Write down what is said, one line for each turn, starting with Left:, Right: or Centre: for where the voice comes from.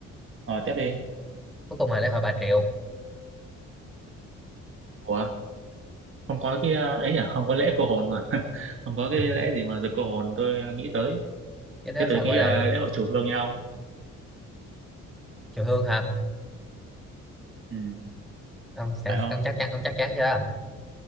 Right: ờ, tiếp đi
Centre: cuối cùng là lễ hội Bà Triệu
Right: ủa không có cái ờ, ấy à không có lễ cô hồn mà <laughs> không có cái
Centre: Ừ,
Right: lễ gì mà giật cô hồn tôi ờ, nghĩ tới
Centre: cái đó
Right: thế tôi
Centre: sao
Right: nghĩ
Centre: gọi là
Right: là lễ hội chùa Hương nhau không
Centre: chiều hương hả
Right: ừ
Centre: ông sẵn
Right: phải không
Centre: ông chắc chắn ông chắc chắn chưa